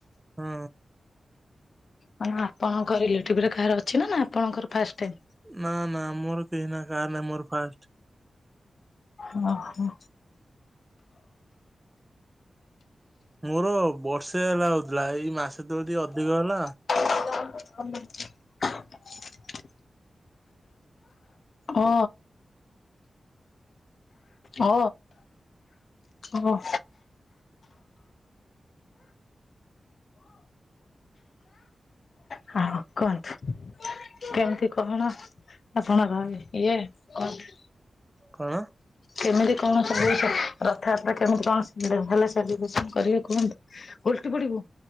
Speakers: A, on the right (about 15°); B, on the left (about 65°).
A: ହଁ।
B: ମାନେ ଆପଣଙ୍କ ରିଲେଟିଭ ରେ କାହାର ଅଛି ନା ଆପଣଙ୍କର ଫାଷ୍ଟ?
A: ନା ନା ମୋର କେହି ନା କାହାର ନାଁ ମୋର ଫାଷ୍ଟ।
B: ଓ ହୋ।
A: ମୋର ବର୍ଷେ ହେଲା ହଉଥିଲା, ଏଇ ମାସେ ତଳେ ଟିକେ ଅଧିକ ହେଲା
B: <inaudible> ଓ। ଓ ହଁ। ହଁ କୁହନ୍ତୁ। କେମିତି କଣ ଆପଣଙ୍କର ଇଏ କୁହନ୍ତୁ?
A: କଣ?
B: କେମିତି କଣ ସବୁ ସ ରଥଯାତ୍ରା କେମିତି କଣ <unintelligible> ସେଲିବ୍ରେସନ କରିବେ କୁହନ୍ତୁ? ଓଲଟି ପଡିବୁ।